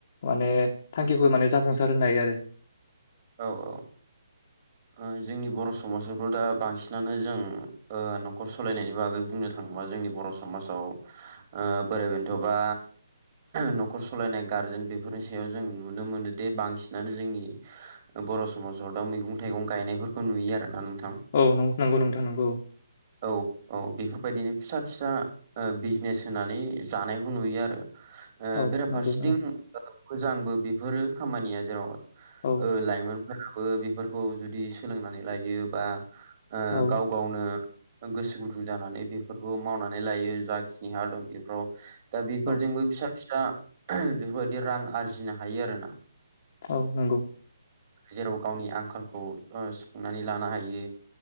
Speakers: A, on the left (about 40°); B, on the right (about 40°).
A: माने थांखिखौ माने जाफुंसार होनो हायो आरो
B: औ औ माने जोंनि बर' समाजावथ' दा बांसिनानो जों ओ न'खर सलायनायनि बागै बुंनो थाङोबा जोंनि बर' स समाजाव ओ बोराय बेन्थ'बा न'खर सलायनाय गारजेन बेफोरनि सायाव जों नुनो मोनोदे बांसिनानो जोंनि बर' समाजाव दा मैगं थाइगं गायनायफोरखौ नुयो आरो ना नोंथां
A: औ नंगौ नोंथां नंगौ
B: औ औ बेफोरबायदिनो फिसा फिसा ओ बिजनेस होनानै जानायखौ नुयो आरो ओ
A: औ
B: बेराफारसेथिं
A: नंगौ
B: मोजांबो बेफोरो खामानिया जेराव
A: ओं
B: लाइमोन फोराबो बेफोरखौ जुदि सोलोंनानै लायो बा ओ
A: औ
B: गाव गावनो गोसो गुदुं जानानै बेफोरखौ मावनानै लायो जाखिनि हा दं बेफोराव दा बेफोरजोंबो
A: औ
B: फिसा फिसा बेफोरबायदि रां आरजिनो हायो आरो ना
A: औ नंगौ
B: जेराव गावनि आंखालखौ ओ सुफुंनानै लानो हायो